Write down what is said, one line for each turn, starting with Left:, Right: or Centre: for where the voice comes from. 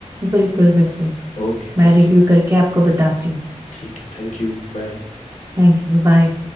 Right: बिल्कुल बिल्कुल
Left: Okay
Right: मैं
Left: thank
Right: रिव्यू
Left: you
Right: करके आपको बताती हूँ
Left: ठीक है थैंक यू बाय
Right: Thank you bye